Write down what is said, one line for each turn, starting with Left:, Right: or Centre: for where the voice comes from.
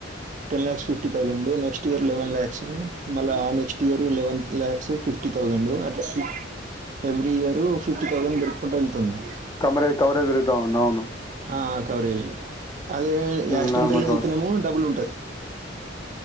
Right: ten lakhs fifty thousand next year eleven lakhs మళ్ళా ఆ next year eleven lakhs fifty thousand at every year fifty thousand పెరుకుంట ఎళ్తుంది
Left: కమరే కవరేజ్ పెరుగుతావుంది అవును
Right: ఆ కవరేజ్ అదే యాక్సిటెంట్
Left: ఉమ్ నార్మల్
Right: టల్
Left: కవర్
Right: అయితేనేమో డబ్బులు ఉంటాది.